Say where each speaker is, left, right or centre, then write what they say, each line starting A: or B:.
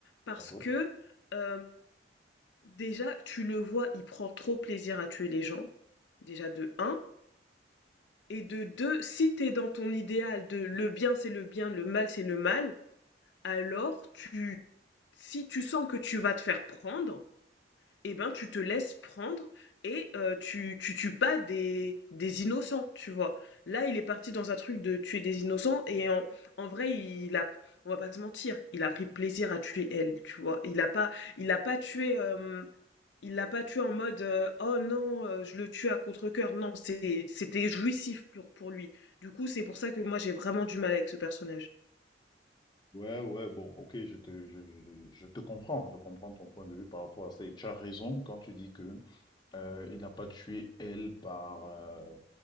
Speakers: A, on the left; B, on the left.
A: Parce
B: D'accord?
A: que, hem Déjà, tu le vois, il prend trop plaisir à tuer les gens, déjà de un Et de 2, si t'es dans ton idéal de le bien c'est le bien, le mal c'est le mal, alors tu, si tu sens que tu vas te faire prendre, eh ben tu te laisses prendre et euh, tu, tu tues pas des, des innocents, tu vois. Là, il est parti dans un truc de tuer des innocents et en, en vrai, il a, on va pas se mentir, il a pris plaisir à tuer elle, tu vois. Il a pas, il a pas tué. euh, il l'a pas tué en mode, heu: «Oh non, heu, je le tue à contre-cœur». Non, c'est c'était jouissif pour pour lui. Du coup, c'est pour ça que moi j'ai vraiment du mal avec ce personnage.
B: Ouais, ouais, bon, ok, je te, je, je- je te comprends, je comprends ton point de vue par rapport à ça. Et tu as raison quand tu dis que euh, il n'a pas tué elle par, euh,